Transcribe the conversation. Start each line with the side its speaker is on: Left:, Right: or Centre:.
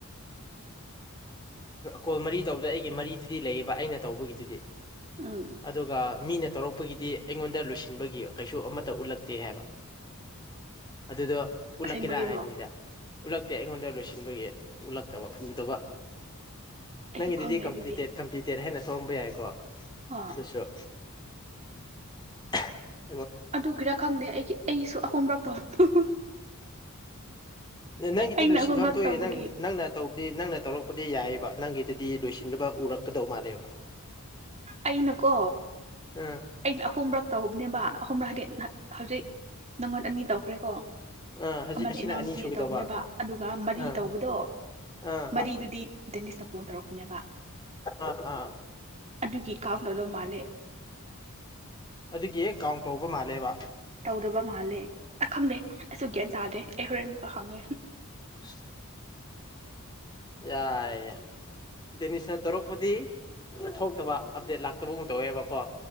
Left: ꯀꯣꯜ ꯃꯔꯤ ꯇꯧꯗ ꯑꯩꯒꯤ ꯃꯔꯤꯗꯨꯗꯤ ꯂꯩꯌꯦꯕ ꯑꯩꯅ ꯇꯧꯕꯒꯤꯗꯨꯗꯤ
Right: ꯎꯝ
Left: ꯑꯗꯨꯒ ꯃꯤꯅ ꯇꯧꯔꯛꯄꯒꯤꯗꯤ ꯑꯩꯉꯣꯟꯗ ꯂꯣꯏꯁꯤꯟꯕꯒꯤ ꯀꯩꯁꯨ ꯑꯃꯠꯇ ꯎꯠꯂꯛꯇꯦ ꯍꯥꯏꯕ ꯑꯗꯨꯗ ꯎꯂꯀꯤꯔ
Right: ꯑꯁꯦꯡꯕꯒꯤꯔꯣ
Left: ꯍꯥꯏ ꯄꯨ ꯏꯗ ꯎꯠꯂꯛꯇꯦ ꯑꯩꯉꯣꯟꯗ ꯂꯣꯏꯁꯤꯟꯕꯒꯤ ꯎꯠꯂꯛꯇꯕ ꯎꯗꯕ
Right: ꯑꯩꯁꯨ
Left: ꯅꯪꯒꯤꯗꯨꯗꯤ
Right: ꯈꯪꯗꯦ
Left: ꯀꯝꯄ꯭ꯂꯤꯇꯦꯠ
Right: ꯑꯗꯨꯗꯤ
Left: ꯀꯝꯄ꯭ꯂꯤꯇꯦꯠ ꯍꯥꯏꯅ ꯁꯣꯡꯕ ꯌꯥꯏꯀꯣ
Right: ꯑꯥ
Left: ꯗꯨꯁꯨ <unintelligible>
Right: ꯑꯗꯨꯒꯤꯔ ꯈꯪꯗꯦ ꯑꯩꯒꯤ ꯑꯩꯁꯨ ꯑꯍꯨꯝꯕꯛ ꯇꯧꯕꯗꯣ
Left: ꯅꯪꯒꯤꯗꯤ
Right: ꯑꯩꯅ
Left: ꯂꯣꯏꯁꯤꯟꯐꯝ
Right: ꯑꯍꯨꯝꯔꯛ
Left: ꯊꯣꯛꯑꯦ
Right: ꯇꯧꯕꯒꯤ
Left: ꯅꯪ ꯅꯪꯅ ꯇꯧꯕꯗꯤ ꯅꯪꯅ ꯇꯧꯔꯛꯄ ꯗꯤ ꯌꯥꯏꯑꯕ ꯅꯪꯒꯤꯗꯗꯤ ꯂꯣꯏꯁꯤꯟꯕ ꯎꯔꯛꯀꯗꯧ ꯃꯥꯜꯂꯦꯕ
Right: ꯑꯩꯅꯀꯣ
Left: ꯑꯥ
Right: ꯑꯩꯅ ꯑꯍꯨꯝꯕꯛ ꯇꯧꯕꯅꯦꯕ ꯑꯍꯨꯝꯔꯛꯗꯤ ꯍꯥꯏꯗꯤ ꯍꯧꯖꯤꯛ ꯅꯪꯉꯣꯟ ꯑꯅꯤ ꯇꯧꯈ꯭ꯔꯦꯀꯣ
Left: ꯑꯥ ꯍꯧꯖꯤꯛ
Right: ꯑꯃꯅ
Left: ꯑꯁꯤꯅ
Right: ꯏꯅꯥꯎꯅꯨꯄꯤꯗ
Left: ꯑꯅꯤ ꯁꯨꯒꯗꯧꯕ
Right: ꯇꯧꯕꯅꯦꯕ ꯑꯗꯨꯒ ꯃꯔꯤ
Left: ꯑꯥ
Right: ꯇꯧꯕꯗꯣ
Left: ꯑꯥ
Right: ꯃꯔꯤꯗꯨꯗꯤ ꯗꯦꯅꯤꯁꯅ ꯀꯣꯜ ꯇꯧꯔꯛ ꯅꯦꯕ
Left: ꯑꯥ ꯑꯥ
Right: ꯑꯗꯨꯒꯤ ꯀꯥꯎꯇꯣꯗꯣ ꯃꯥꯜꯂꯦ
Left: ꯑꯗꯨꯒꯤ ꯀꯥꯎꯟ ꯇꯧꯕ ꯃꯥꯜꯂꯦꯕ
Right: ꯇꯧꯗꯕ ꯃꯥꯜꯂꯦ ꯑ ꯈꯪꯗꯦ ꯑꯩꯁꯨ ꯒ꯭ꯌꯥꯟ ꯇꯥꯗꯦ ꯑꯩ ꯍꯣꯔꯦꯟ ꯑꯃꯨꯛꯀ ꯍꯪꯉꯦ
Left: ꯑꯁ ꯌꯥꯏ ꯌꯥꯏ ꯗꯦꯅꯤꯁꯅ ꯇꯧꯔꯛꯄꯗꯤ ꯊꯣꯛꯇꯕ ꯑꯞꯗꯦꯗ ꯂꯥꯛꯇꯕꯒ ꯇꯧꯋꯦꯕꯀꯣ